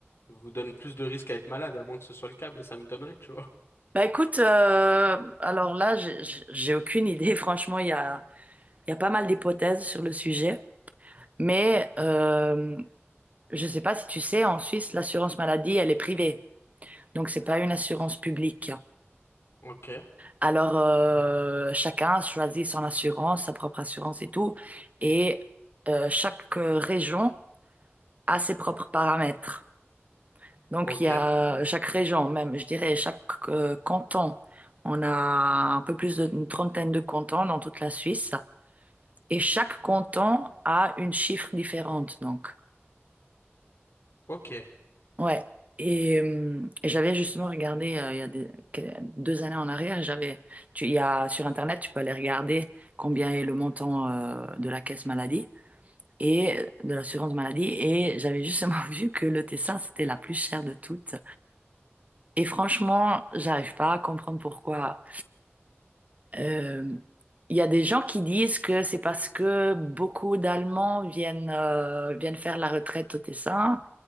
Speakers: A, on the left; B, on the right.
A: vous donne plus de risques à être malade, à moins que ce soit le cas, mais ça me donnerait, tu vois.
B: Bah écoute, euh, alors là, j'ai j'ai- j'ai aucune idée. <laughs> Franchement, il y a, il y a pas mal d'hypothèses sur le sujet. Mais euh, je sais pas si tu sais, en Suisse, l'assurance maladie, elle est privée. Donc, c'est pas une assurance publique.
A: Ok,
B: Alors, euh, chacun choisit son assurance, sa propre assurance et tout. Et euh, chaque euh, région a ses propres paramètres. Donc,
A: ok,
B: il y a chaque région, même, je dirais, chaque euh, canton. On a un peu plus d'une trentaine de cantons dans toute la Suisse. Et chaque canton a une chiffre différente, donc.
A: ok.
B: Ouais. Et, euh, et j'avais justement regardé, euh, il y a des- que- deux années en arrière, j'avais, tu, il y a, sur Internet, tu peux aller regarder combien est le montant, euh, de la caisse maladie et de l'assurance maladie. Et j'avais justement <laughs> vu que le Tessin, c'était la plus chère de toutes. Et franchement, j'arrive pas à comprendre pourquoi. Euh, Il y a des gens qui disent que c'est parce que beaucoup d'Allemands viennent, euh, viennent faire la retraite au Tessin